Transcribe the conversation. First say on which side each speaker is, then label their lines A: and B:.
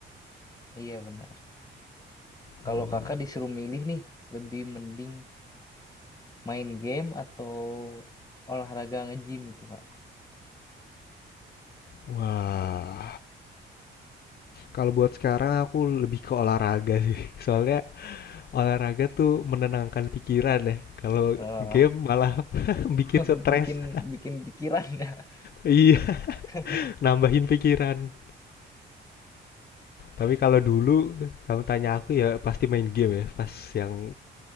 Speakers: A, on the left; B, on the left.
A: iya bener Kalau
B: Hmm.
A: kakak disuruh milih nih, lebih mending main game atau olahraga nge-gym itu, Pak.
B: Wah. Kalau buat sekarang aku lebih ke olahraga sih. <laughs> Soalnya olahraga tuh menenangkan pikiran ya. Kalau
A: Eh,
B: game malah <laughs> bikin
A: <laughs>
B: stres.
A: bikin
B: <laughs>
A: bikin pikiran ya.
B: Iya,
A: <laughs>
B: nambahin pikiran. Tapi kalau dulu kamu tanya aku ya pasti main game ya. Pas yang